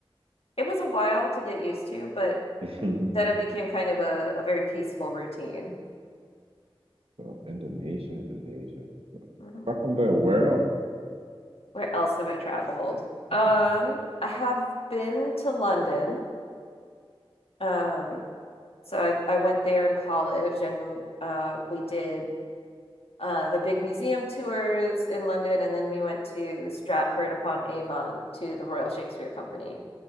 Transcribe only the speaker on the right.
<laughs>
so Indonesia, Indonesia.
Apart from that, where else?
Mhm.